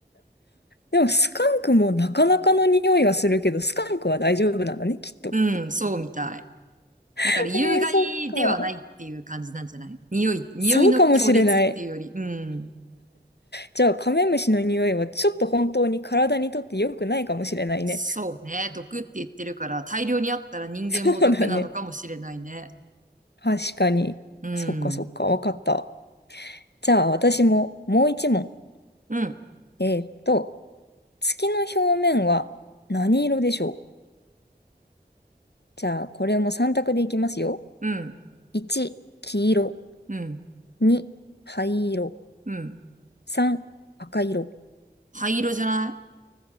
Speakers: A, on the left; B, on the right.
A: でもスカンクもなかなかの匂いはするけど、スカンクは大丈夫なんだね、きっと。
B: うん。そうみたい。
A: <laughs>
B: だから有害ではないっていう感じなんじゃない匂い、
A: えー、そっか。
B: 匂いの強烈っていうより。
A: そうかもしれない。
B: うん。
A: じゃあカメムシの匂いはちょっと本当に体にとって良くないかもしれないね。
B: そうね。毒って言ってるから、大量にあったら人間も毒なのかもしれないね。
A: <laughs> そうだね。確かに。
B: うん。
A: そっかそっか、わかった。じゃあ私ももう一問。
B: うん。
A: えーっと、月の表面は何色でしょうじゃあこれも3択でいきますよ。
B: うん。
A: 1、黄色。
B: うん。
A: 2、灰色。
B: うん。
A: 3、赤色。
B: 灰色じゃない